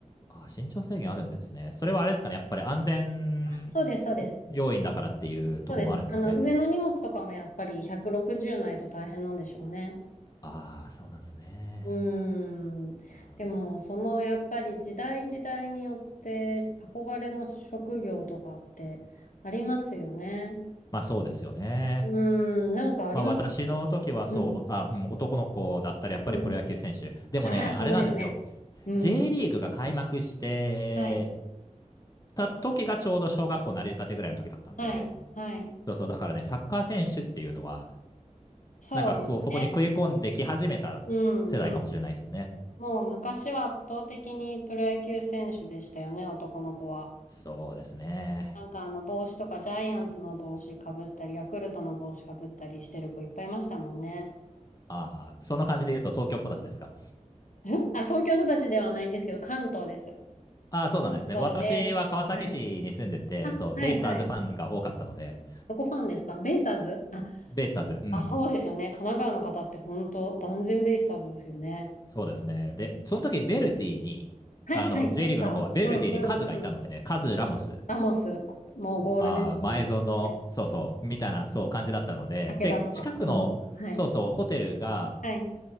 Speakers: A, on the left; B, on the left.
A: あ、身長制限あるんですね。それはあれですかね、やっぱり安全
B: そうです、そうです。
A: 要因だからっていうところもあるんですかね。
B: そうです。あの、上の荷物とかもやっぱり160ないと大変なんでしょうね。
A: ああ、そうなんですね。
B: うーん。
A: うん、
B: でも、そのやっぱり時代時代によって憧れの職業とかってありますよね。
A: まあそうですよね。
B: うーん、なんかありましたかうん。
A: まあ、私の時はそう、あ、うん、男の子だったらやっぱりプロ野球選手。
B: うん。
A: でもね、
B: ああ、
A: あれなんですよ。
B: そうですね。うん。
A: J リーグが開幕して
B: はい。
A: た時がちょうど小学校なり立てぐらいの時だったんで、
B: はい。はい。
A: そうそう、だからね、サッカー選手っていうのは、
B: そうですね。
A: なんかそう、そこに食い込んでき始めた世代かもしれないですね。
B: うんうん。もう昔は圧倒的にプロ野球選手でしたよね、男の子は。
A: そうですね。
B: なんかあの帽子とかジャイアンツの帽子かぶったり、ヤクルトの帽子かぶったりしてる子いっぱいいましたもんね。
A: ああ、そんな感じで言うと東京育ちですか。
B: んあ、東京育ちではないんですけど、関東です。
A: ああ、そうなんですね。
B: 関東で、
A: 私は川崎市に住んでて、
B: はい。あ、
A: そう、
B: はいはい。
A: ベイスターズファンが多かったので、
B: どこファンですかベイスターズあ、
A: ベイスターズ、うん、
B: あ、そうですよね。神奈川の方って本当、断然ベイスターズですよね。
A: そうですね。で、その時ヴェルディに、
B: はいはい、
A: あの J
B: そっか。
A: リーグの方はヴェルディにカズがいたので、
B: うんうんうん。
A: カズ、ラモス、
B: ラモス、ごもうゴールデンですね。
A: あー前園、そうそう、みたいなそう感じだったので、
B: 武田とか。
A: で、近くの、
B: うん。はい。
A: そうそう、ホテルが、
B: はい。